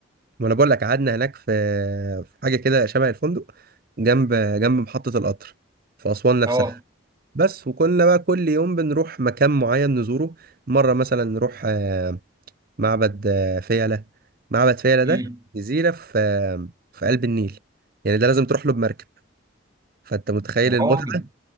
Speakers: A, on the right (about 45°); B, on the right (about 15°).
A: ما انا بقول لك قعدنا هناك في في حاجه كده شبه الفندق جنب جنب محطه القطر في اسوان نفسها
B: أه
A: بس وكنا بقى كل يوم بنروح مكان معين نزوره مره مثلا نروح آه معبد آه، فيلة معبد فيلة
B: امم
A: ده جزيرة في آه، في قلب النيل يعني ده لازم تروح له بمركب فأنت متخيل
B: يا راجل
A: المتعة